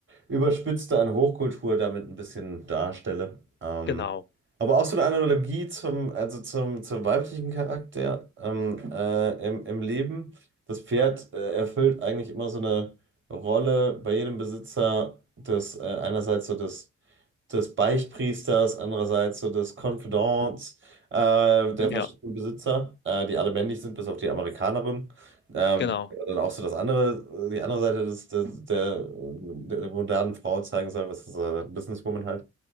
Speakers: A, on the right; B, on the left.
A: überspitzte an Hochkultur damit ein bisschen darstelle. Ähm,
B: genau.
A: aber auch so eine Analogie zum, also zum, zum weiblichen Charakter ähm, äh, im, im Leben. Das Pferd äh, erfüllt eigentlich immer so eine Rolle bei jedem Besitzer des äh, einerseits so des, des Beichtpriesters, andererseits so des Confidants äh, der
B: Ja,
A: verschiedenen Besitzer, äh, die alle männlich sind, bis auf die Amerikanerin. Ähm,
B: genau.
A: dann auch so das andere, die andere Seite des, des, der, der modernen Frau zeigen soll, was ist das, äh, Businesswoman halt